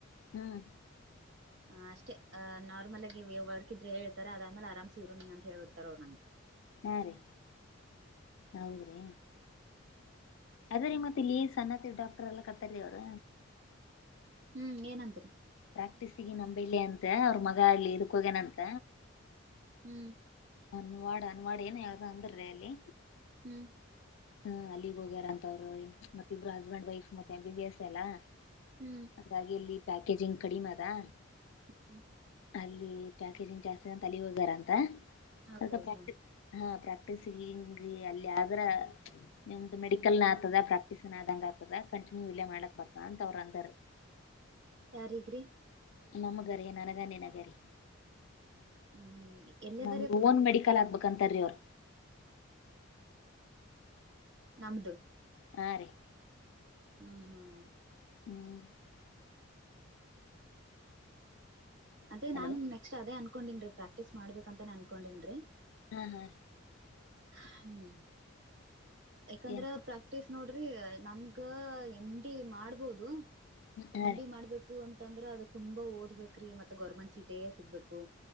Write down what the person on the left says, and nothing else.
ಹ್ಮ್
ಹಾ ರೀ ಹೌದ್ರಿ ಅದೇ ರೀ ಮತ್ತೆ ಇಲ್ಲಿ ಸ್ಣತ್ತ ಡಾಕ್ಟರ್ ಎಲ್ಲ ಕತಾರೀ ಅವ್ರ
ಪ್ರಾಕ್ಟೀಗಿ ನಂಬಲ್ಲಿಿ ಅಂತ ಅವ್ರ ಮಗ ಅಲಿ ಇದಕ್ಕ ಹೋಗೇನ ಅಂತ
ಅನ್ವಾಡ್ ಅನ್ವಾಡ ಏ ಯಾವ್ದ ಅಂದ್ರೀ ಅಲ್ಲಿ
ಹ್ಮ್ ಅಲ್ಲಿಗ್ ಹೋಗ್ಯಾರ ಅಂತವ್ರು ಮತ್ತ ಇಬ್ರು ಹಸ್ಬೆಂಡ್ ವೈಫ್ ಮತ್ತೆ ಬಿ ವ್ಯಾಸ ಎಲ್ಲಾ
ಹಾಗಾಗಿ ಇಲ್ಲಿ ಪ್ಯಾಕೇಜಿಂಗ್ ಕಡಿಮೆ ಅದಾ
ಅಲ್ಲಿ ಪ್ಯಾಕೇಜಿಂಗ್ ಜಾಸ್ತಿ ತ ಹೋಗ್ಯಾರ ಅಂತ
ಅದ ಪ್ರಕ್ಟ ಹ ಪ್ರಕ್ಟ ಟ್ಟಿಸಿ ಹಿಂಗಿ ಅಲ್ಲಿದ್ರ ನಿಮ್ದು ಮೆಡಿಕಲ್ ನ ಆಗ್ತದ ಪ್ರಾಕ್ಟೀಸ್ನ್ ಆದಂಗ ಆತದ ಕಂಟಿನ್ಯೂ ಇಲ್ಲೇ ಮಾಡ್ಕ್ ಬಾ ಅಂತ ಅವರು ಅಂದಾರ <unintelligible>
ನಮ್ಮಗೆರ ನನಗ್ಣೆನಗರಿ
ನಮ
ಓನ್ ಮೆಡಿಕಲ್ ಆಗ್ಬೇಕಂತಾರೀ ಅವ್ರ
ಹಾ ರೀ
<inaudible>
ಹಲೋ
ಹ್ಮ್ ಹಾ
ಏನ್ರಿ
ಹಾ
ರೀ